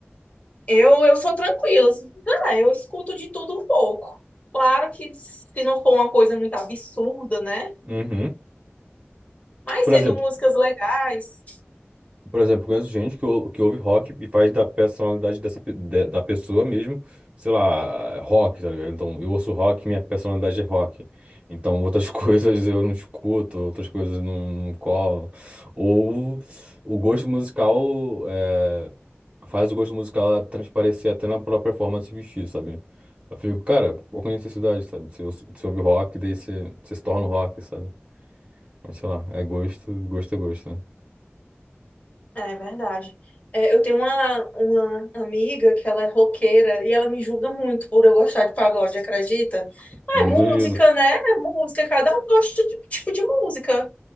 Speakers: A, on the left (about 35°); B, on the right (about 30°).
A: Eu, eu sou tranquila. assim. Ah, eu escuto de tudo um pouco. Claro que se não for uma coisa muito absurda, né?
B: Uhum.
A: Mas
B: Por
A: sendo
B: exemplo,
A: músicas legais,
B: por exemplo, conheço gente que, ou- que ouve rock e faz da personalidade dessa, pe- de- da pessoa mesmo, sei lá, rock, tá ligado? Então, eu ouço rock, minha personalidade é rock. Então, outras <laughs> coisas eu não escuto, outras coisas eu não, não colo. Ou o gosto musical é, faz o gosto musical transparecer até na própria forma de se vestir, sabe? Eu fico, cara, qual que é a necessidade, sabe? Se você se ouve rock, daí você, você se torna um rock, sabe? Mas sei lá, é gosto, gosto é gosto, né?
A: é verdade. É, eu tenho uma, uma amiga que ela é roqueira e ela me julga muito por eu gostar de pagode, acredita? Ah,
B: Eu
A: é
B: não
A: música,
B: duvido.
A: né? É música, cada um gosta de um tipo de música.